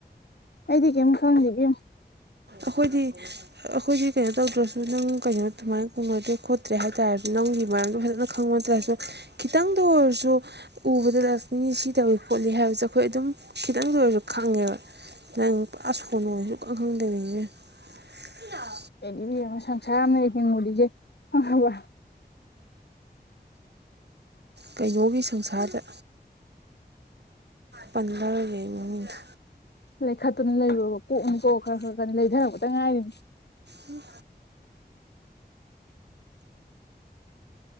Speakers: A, on the left; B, on the right.
A: ꯑꯩꯗꯤ ꯀꯌꯤꯝ ꯈꯪꯗꯦ ꯏꯕꯦꯝꯃꯥ꯫
B: ꯑꯈꯣꯏꯗꯤ꯫ ꯑꯈꯣꯏꯗꯤ ꯀꯩꯅꯣ ꯇꯧꯗ꯭ꯔꯖꯨ ꯅꯪ ꯀꯩꯅꯣ ꯑꯗꯨꯨꯃꯥꯏꯅ ꯀꯧꯅꯗ꯭ꯔꯦ ꯈꯣꯠꯇ꯭ꯔꯦ ꯍꯥꯏꯇꯥꯥꯔꯖꯨ ꯅꯪꯒꯤ ꯃꯔꯝꯗꯣ ꯐꯖꯅ ꯈꯪꯕ ꯅꯠꯇꯔꯁꯨ ꯈꯤꯇꯪꯗ ꯑꯣꯏꯔꯁꯨ ꯎꯕꯗꯗ ꯃꯤꯁꯤ ꯁꯤ ꯇꯧꯋꯤ ꯈꯣꯠꯂꯤ ꯍꯥꯏꯕꯁꯦ ꯑꯈꯣꯏ ꯑꯗꯨꯝ ꯈꯤꯇꯪꯗ ꯑꯣꯏꯔꯁꯨ ꯈꯪꯉꯦꯕ꯫ ꯅꯪ ꯄꯨꯔꯥ ꯁꯣꯅꯣ ꯁꯨꯈꯪ ꯈꯪꯗꯕꯤꯅꯦ ꯏꯕꯦꯝꯃꯥ꯫
A: ꯏꯕꯦꯝꯃ ꯁꯪꯁꯥꯔ ꯑꯃꯗ ꯍꯤꯡꯉꯨꯔꯤꯖꯦ ꯈꯪꯉꯕꯥ꯫
B: ꯀꯩꯅꯣꯒꯤ ꯁꯪꯁꯥꯔꯗ꯫ ꯄꯟꯂꯔꯣꯏꯒꯣ ꯑꯩ ꯃꯃꯤꯡꯗꯣ꯫
A: ꯂꯩꯈꯠꯇꯨꯅ ꯂꯩꯔꯨꯔꯕ ꯀꯣꯛꯅꯤꯀꯣ ꯈꯔ ꯈꯔ ꯀꯅꯤ ꯂꯩꯗꯔꯛꯄꯇ ꯉꯥꯏꯔꯤꯝꯅꯤ
B: ꯍꯨꯝ